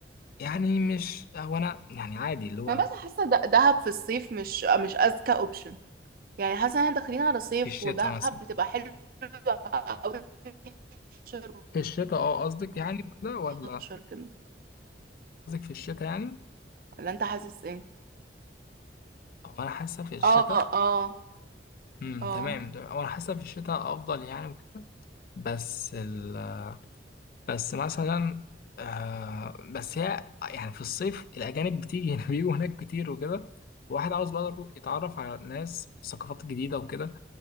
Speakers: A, on the left; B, on the right.
A: يعني مش وانا يعني عادي اللي هو
B: انا بس حاسة د- دهب في الصيف مش مش اذكى اوبشن يعني حاسة ان احنا داخلين على صيف
A: في الشتاء
B: ودهب
A: مثلا
B: بتبقى حلوة قوي في 11 و
A: في الشتاء اه قصدك يعني كده ولا
B: 12 كده
A: قصدك في الشتاء يعني
B: ولا انت حاسس ايه
A: هو انا حاسه في الشتاء
B: اه اه
A: امم
B: اه
A: تمام ده- هو انا حاسه في الشتاء افضل يعني وكده بس ال... بس مثلا آه بس هي يعني في الصيف الاجانب بتيجي <laughs> بيجوا هناك كتير وكده واحد عاوز بقى يروح يتعرف على ناس ثقافات جديده وكده